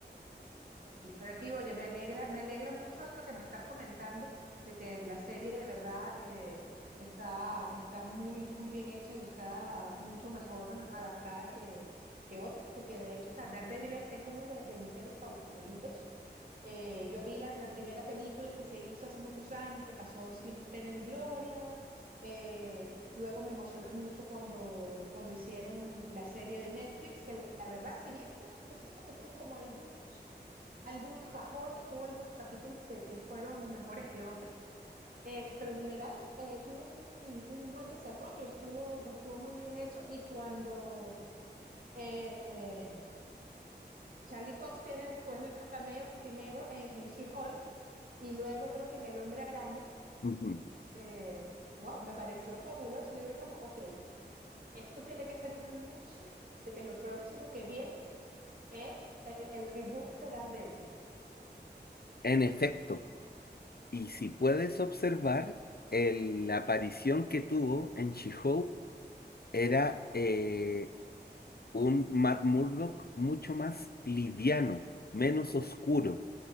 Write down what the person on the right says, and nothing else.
Sí, pero aquí, oye, me alegra, me alegra mucho esto que me estás comentando, de que la serie de verdad eh, está, está muy, muy bien hecha y está mucho mejor adaptada que, que otras, porque de hecho, o sea, Daredevil es, es uno de, de mis héroes favoritos. Eh, yo vi la, la primera película que se hizo hace muchos años, que pasó sin pena ni gloria. Eh, luego me emocioné mucho cuando, cuando hicieron la serie de Netflix, que la, la verdad, si bien tuvo, yo siento que tuvo como algunos algunos bajones, tuvo algunos capítulos que, que fueron mejores que otros, eh, pero en general eh, tuvo un, un buen desarrollo, estuvo, estuvo muy bien hecho y cuando eh, Charlie Cox tiene después los cameos primero en, en She-Hulk y luego creo que en El Hombre Araña,
eh, wow, me pareció fabuloso y yo lo vi como, ok, esto tiene que ser un anuncio de que lo próximo que viene es eh, eh, el reboot de Daredevil.